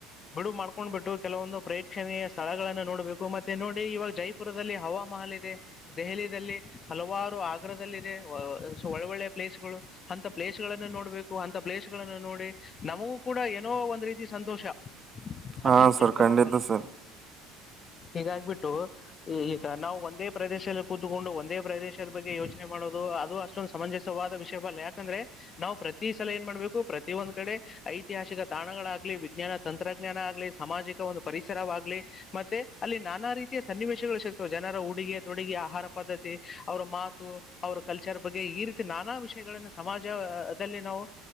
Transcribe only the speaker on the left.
ಬಿಡು ಮಾಡ್ಕೊಂಡ್ ಬಿಟ್ಟು ಕೆಲವೊಂದು ಪ್ರೇಕ್ಷಣೀಯ ಸ್ಥಳಗಳನ್ನು ನೋಡ್ಬೇಕು ಮತ್ತೆ ನೋಡಿ ಇವಾಗ ಜೈಪುರದಲ್ಲಿ ಹವಾಮಹಲ್ ಇದೆ ದೆಹಲಲ್ಲಿ ಹಲವಾರು ಆಗ್ರದಲ್ಲಿದೆ ಒಳ್ಳೆ ಒಳ್ಳೆ ಪ್ಲೇಸ್ಗಳು ಅಂತ ಪ್ಲೇಸ್ ಗಳನ್ನು ನೋಡ್ಬೇಕು ಅಂತ ಪ್ಲೇಸ್ ಗಳನ್ನು ನೋಡಿ ನಮಗೂ ಕೂಡ ಏನೋ ಒಂದ್ ರೀತಿ ಸಂತೋಷ
ಅತಿ ಹೆಚ್ಚಿನ
ಪ್ರಮಾಣದಲ್ಲಿ
ಹೀಗಾಗಿಬಿಟ್ಟು ಈ ಈಗ ನಾವು ಒಂದೇ ಪ್ರದೇಶದಲ್ಲಿ ಕೂತ್ಕೊಂಡು ಒಂದೇ ಪ್ರದೇಶದ ಬಗ್ಗೆ ಯೋಚನೆ ಮಾಡೋದು ಅದು ಅಷ್ಟೊಂದು ಸಮಂಜಸವಾದ ವಿಷಯ ಬಲ್ಲ ಯಾಕಂದ್ರೆ ನಾವು ಪ್ರತಿ ಸಲ ಏನ್ ಮಾಡ್ಬೇಕು ಪ್ರತಿ ಒಂದ್ ಕಡೆ ಐತಿಹಾಸಿಕ ತಾಣಗಳಾಗ್ಲಿ ವಿಜ್ಞಾನ ತಂತ್ರಜ್ಞಾನ ಆಗ್ಲಿ ಸಾಮಾಜಿಕ ಒಂದು ಪರಿಸರವಾಗ್ಲಿ ಮತ್ತೆ ಅಲ್ಲಿ ನಾನಾ ರೀತಿಯ ಸನ್ನಿವೇಶಗಳು ಸಿಗ್ತವೆ ಜನರ ಹೂಡುಗೆ ತೊಡುಗ ಆಹಾರ ಪದ್ಧತಿ ಅವರ ಮಾತು ಅವರ ಕಲ್ಚರ್ ಬಗ್ಗೆ ಈ ರೀತಿ ನಾನು ವಿಷಯಗಳನ್ನು ಸಮಾಜದಲ್ಲಿ ನಾವು